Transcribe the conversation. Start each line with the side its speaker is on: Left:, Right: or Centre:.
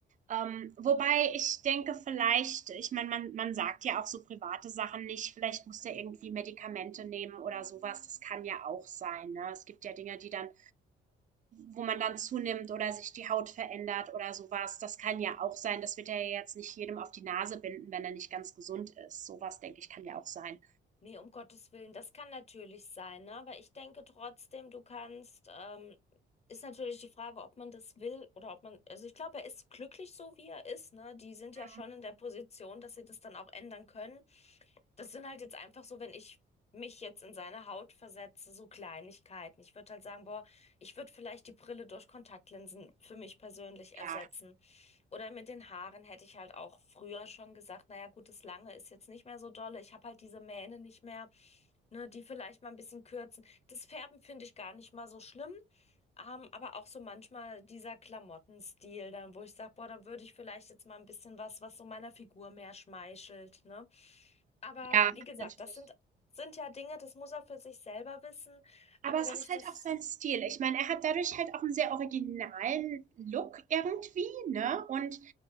Right: ähm wobei ich denke vielleicht ich meine, man man sagt ja auch so private Sachen nicht, vielleicht muss der irgendwie Medikamente nehmen oder sowas. das kann ja auch sein, ne? Es gibt ja Dinge, die dann wo man dann zunimmt oder sich die Haut verändert oder sowas. Das kann ja auch sein. Das wird ja jetzt nicht jedem auf die Nase binden, wenn er nicht ganz gesund ist. Sowas, denke ich, kann ja auch sein.
Left: Nee, um Gottes Willen, das kann natürlich sein, ne? Aber ich denke trotzdem, du kannst, ähm, ist natürlich die Frage, ob man das will oder ob man, also ich glaube, er ist glücklich so, wie er ist, ne? Die sind ja
Right: Mhm.
Left: schon in der Position, dass sie das dann auch ändern können. Das sind halt jetzt einfach so, wenn ich mich jetzt in seine Haut versetze, so Kleinigkeiten. Ich würde halt sagen, boah, ich würde vielleicht die Brille durch Kontaktlinsen für mich persönlich
Right: Ja,
Left: ersetzen. Oder mit den Haaren hätte ich halt auch früher schon gesagt, naja, gut, das Lange ist jetzt nicht mehr so dolle. Ich habe halt diese Mähne nicht mehr, ne, die vielleicht mal ein bisschen kürzen. Das Färben finde ich gar nicht mal so schlimm. Ähm, aber auch so manchmal dieser Klamottenstil, dann, wo ich sage, boah, dann würde ich vielleicht jetzt mal ein bisschen was, was so meiner Figur mehr schmeichelt, ne? Aber
Right: ja,
Left: wie gesagt,
Right: natürlich.
Left: das sind, sind ja Dinge, das muss er für sich selber wissen.
Right: Aber
Left: Aber
Right: es
Left: wenn
Right: ist
Left: ich
Right: halt
Left: das,
Right: auch sein Stil. Ich meine, er hat dadurch halt auch einen sehr originalen Look irgendwie, ne? Und